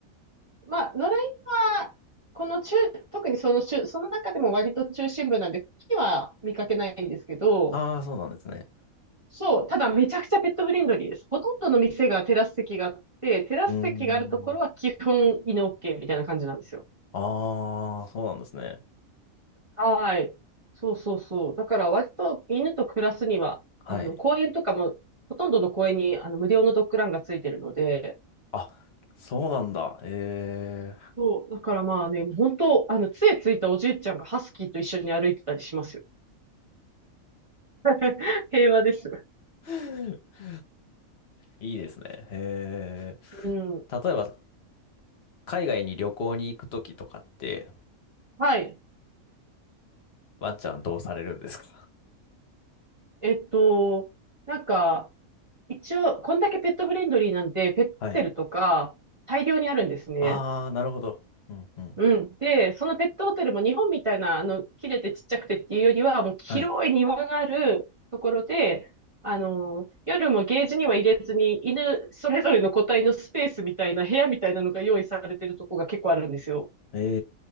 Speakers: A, on the right; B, on the left.
A: まあ、野良犬は、この中、特にその中、その中でも割と中心部なんで、ここには見かけないんですけど、
B: ああ、そうなんですね。
A: そう、ただめちゃくちゃペットフレンドリーです。ほとんどの店がテラス席があって、テラス席があるところは基本犬
B: うーん。
A: OK みたいな感じなんですよ。
B: ああ、そうなんですね。
A: はい。そうそうそう。だから割と犬と暮らすには、
B: はい。
A: あの、公園とかも、ほとんどの公園にあの無料のドッグランがついてるので、
B: あ、そうなんだ。え
A: そう、だからまあね、本当、あの、杖ついたおじいちゃんがハスキーと一緒に歩いてたりしますよ。<laughs> 平和です。
B: え。<laughs> いいですね。え
A: うん。
B: え。例えば、海外に旅行に行くときとかって、
A: はい。
B: ワンちゃんどうされるんですか
A: えっと、なんか、一応、こんだけペットフレンドリーなんで、ペットホテルとか、
B: はい。
A: 大量にあるんですね。
B: ああ、なるほど。うんうん。
A: うん。で、そのペットホテルも日本みたいな、あの、切れてちっちゃくてっていうよりは、もう広い庭があるところで、
B: はい。
A: あの、夜もゲージには入れずに、犬それぞれの個体のスペースみたいな、部屋みたいなのが用意されてるとこが結構あるんですよ。
B: え